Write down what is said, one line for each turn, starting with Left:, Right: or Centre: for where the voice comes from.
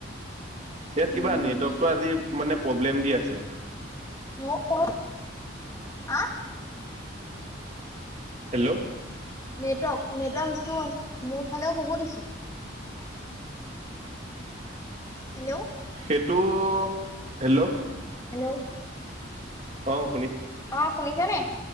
Right: ইয়াত
Left: উম
Right: কিবা নেটৱৰ্কটো
Left: উম
Right: আজি মানে প্ৰব্লেম দি আছে।
Left: <unintelligible> আ।
Right: হেল্ল'।
Left: নেটৱৰ্ক- নেটৱৰ্ক ইচছ্যু মোৰ ফালেও বহুত ইছ্যু। হেল্ল'।
Right: এইটো হেল্ল'।
Left: হেল্ল'।
Right: অ'।
Left: অ', শুনিছে নে।